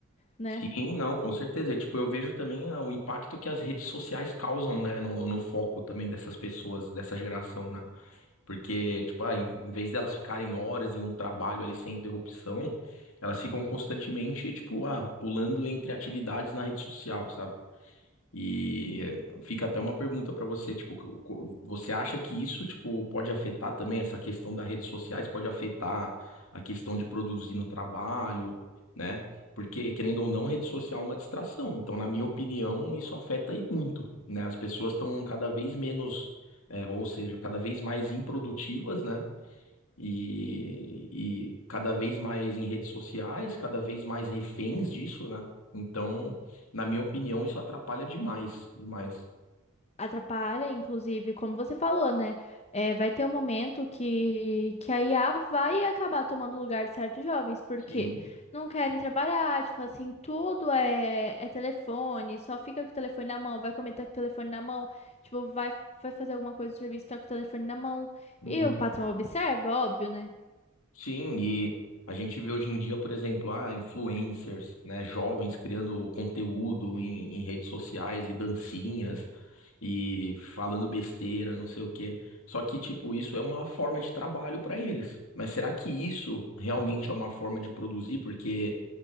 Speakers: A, on the left; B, on the left.
A: né?
B: Sim, não, com certeza. E, tipo, eu vejo também ah, o impacto que as redes sociais causam, né, no, no foco também dessas pessoas, dessa geração, né? Porque, tipo, ah, em, em vez delas ficarem horas em um trabalho ali sem interrupção, elas ficam constantemente, tipo, ah, pulando entre atividades na rede social, sabe? E fica até uma pergunta para você, tipo, co- co- você acha que isso, tipo, pode afetar também essa questão das redes sociais, pode afetar a questão de produzir no trabalho, né? Porque, querendo ou não, rede social é uma distração. Então, na minha opinião, isso afeta aí muito, né? As pessoas estão cada vez menos, é, ou seja, cada vez mais improdutivas, né? e, e cada vez mais em redes sociais, cada vez mais reféns disso, né? Então, na minha opinião, isso atrapalha demais, demais.
A: Atrapalha, inclusive, como você falou, né? É, vai ter um momento que, que a IA vai acabar tomando o lugar de certos jovens, porque
B: Sim.
A: não querem trabalhar, tipo assim, tudo é, é telefone, só fica com o telefone na mão, vai comentar com o telefone na mão, tipo, vai, vai fazer alguma coisa do serviço, tá com o telefone na mão.
B: Uhum.
A: E o patrão observa, óbvio, né?
B: Sim, e a gente vê hoje em dia, por exemplo, ah, influencers, né, jovens criando conteúdo em, em redes sociais e dancinhas e falando besteira, não sei o quê. Só que, tipo, isso é uma forma de trabalho para eles. Mas será que isso realmente é uma forma de produzir? Porque